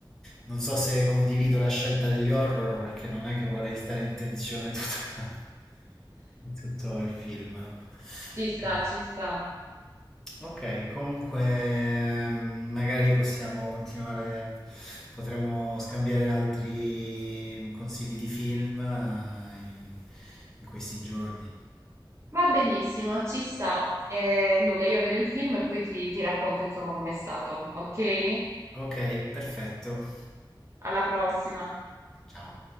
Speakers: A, in the centre; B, on the right (about 35°).
A: Non so se condivido la scelta degli horror perché non è che vorrei stare in tensione tutto, <laughs> tutto il film.
B: Ci sta,
A: Eh,
B: ci sta.
A: Ok, comunque mm, magari possiamo continuare, potremo scambiare altri consigli di film eh, in in questi giorni.
B: Va benissimo, ci sta. E nulla, io vedo il film e poi ti, ti racconto insomma com'è stato, ok?
A: Ok, perfetto.
B: Alla prossima.
A: Ciao.